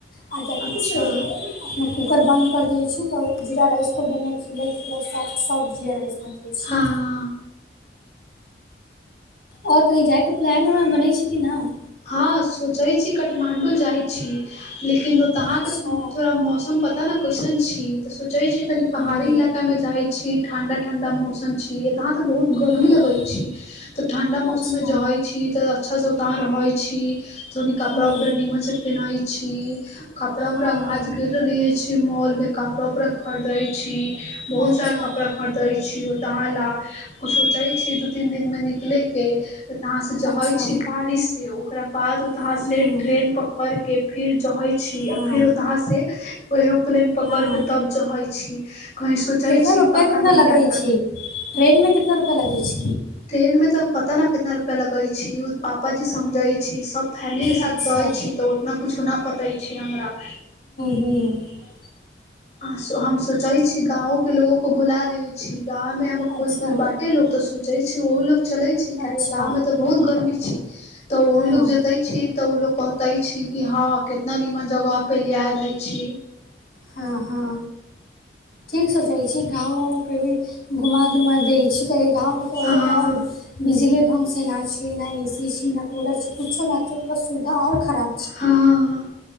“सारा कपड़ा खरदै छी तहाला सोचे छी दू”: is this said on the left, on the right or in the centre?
Left